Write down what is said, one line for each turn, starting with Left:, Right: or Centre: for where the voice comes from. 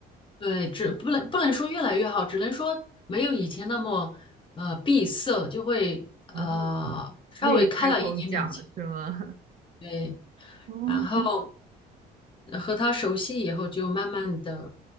Left: 对，只不能不能说越来越好，只能说没有以前那么呃闭塞，就会呃稍微开了一点点窍
Right: 哦，愿意开口讲是吗？<laughs>
Left: 对，
Right: 哦，
Left: 然后呃和他熟悉以后，就慢慢的